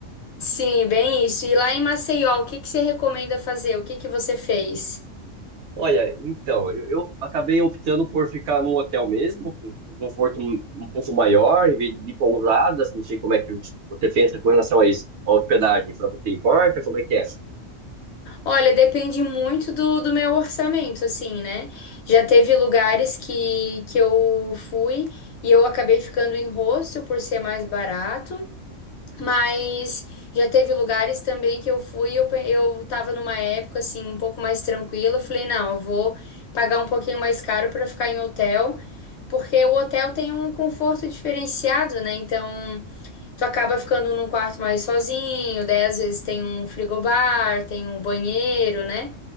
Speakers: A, on the left; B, on the right.
A: Sim, bem isso. E lá em Maceió, o que que você recomenda fazer? O que que você fez?
B: Olha, então, eu, eu acabei optando por ficar num hotel mesmo, com um conforto um, um pouco maior, em vez de pousadas, não sei como é que você pensa com relação a isso. A hospedagem, para você importa, como é que é?
A: Olha, depende muito do, do meu orçamento, assim, né? Já teve lugares que, que eu fui e eu acabei ficando em hostel por ser mais barato, mas já teve lugares também que eu fui e eu, pe- eu tava numa época, assim, um pouco mais tranquila. Eu falei, não, eu vou pagar um pouquinho mais caro pra ficar em hotel, porque o hotel tem um conforto diferenciado, né? Então. Tu acaba ficando num quarto mais sozinho, daí às vezes tem um frigobar, tem um banheiro, né?